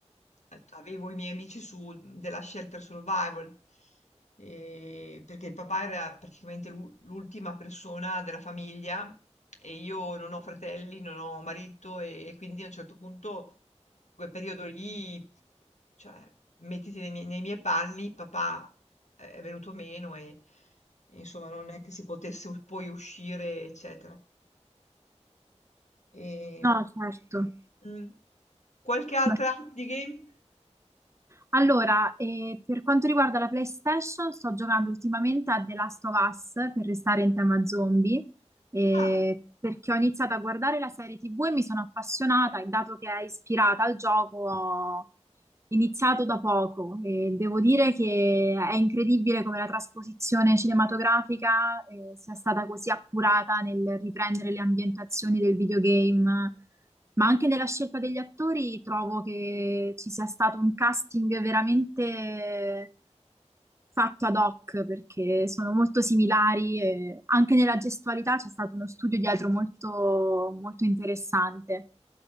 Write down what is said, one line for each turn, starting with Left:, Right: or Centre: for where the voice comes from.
Left: mh, eh, avevo i miei amici su della Shelter Survival, e- perché il papà era praticamente l'u- l'ultima persona della famiglia e io non ho fratelli, non ho marito e, e quindi a un certo punto, in quel periodo lì, cioè, mettiti nei miei, nei miei panni, papà è venuto meno e, e insomma non è che si potesse poi uscire, eccetera. E
Right: No, certo.
Left: Mh. Qualche altra
Right: No.
Left: app di game?
Right: Allora, eh, per quanto riguarda la PlayStation, sto giocando ultimamente a The Last of Us per restare in tema zombie, eh,
Left: Ah,
Right: perché ho iniziato a guardare la serie TV e mi sono appassionata e dato che è ispirata al gioco iniziato da poco e devo dire che è incredibile come la trasposizione cinematografica, eh, sia stata così appurata nel riprendere le ambientazioni del videogame, ma anche nella scelta degli attori trovo che ci sia stato un casting veramente fatto ad hoc perché sono molto similari e anche nella gestualità c'è stato uno studio dietro molto, molto interessante.